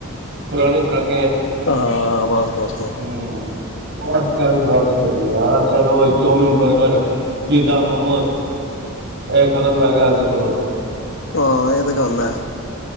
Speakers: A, on the right; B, on the left.
A: ਪੁਰਾਣੀ ਖੁਰਾਕ।
B: ਹਾਂ ਬਸ ਬਸ ਬਸ
A: ਹੂਂ, ਉਹ ਅੱਜ ਕੱਲ ਅੱਜ ਕਲ ਉਹ ਚੋਮੀਣ, ਬਰਗਰ, ਪੀਜ਼ਾ, ਮੋਮੋਸ ਏ ਖਤਮ ਕਰ ਕੇ ਆਂਦੇ ਸਗੋਂ।
B: ਹਾਂ ਇਹ ਤੇ ਗੱਲ ਹੈ।